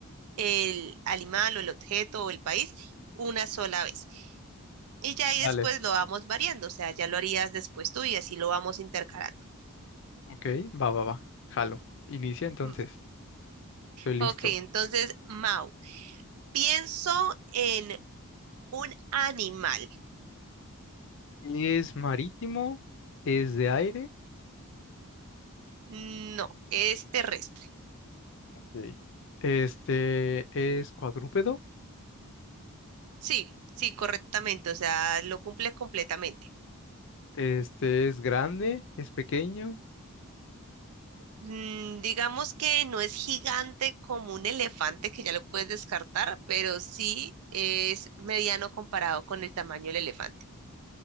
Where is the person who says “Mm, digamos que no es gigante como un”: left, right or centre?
Right